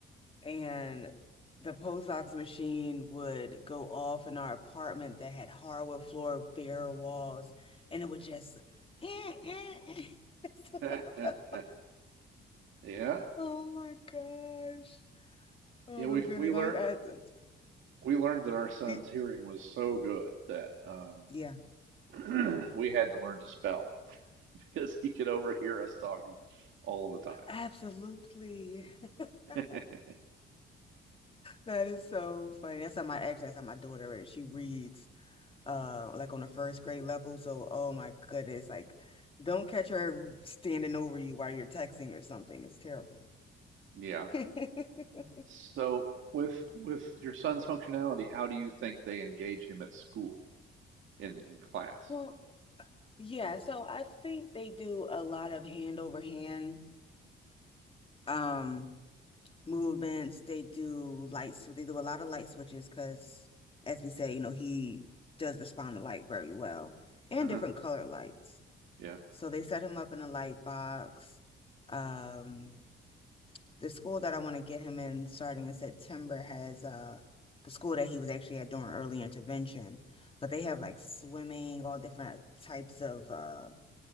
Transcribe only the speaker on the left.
And the pulse ox machine would go off in our apartment that had hardwood floor, bare walls, and it would just <laughs> eh, eh, eh. <laughs> It's about
the-
Oh my gosh. Oh
my goodness.
I, I,
it-
yeah.
Absolutely. <laughs>
That is so funny. That's how my ex, that's how my daughter is. She reads uh like on the first grade level. So oh my goodness, like don't catch her standing over you while you're texting or something. It's terrible.
<laughs>
Well, yeah, so I think they do a lot of hand over hand um movements. They do lights, they do a lot of light switches because as we said, you know, he does respond to light very well and
different color lights.
So they set him up in a light box. Um, the school that I want to get him in starting in September has uh the school that he was actually at during early intervention, but they have like swimming, all different types of uh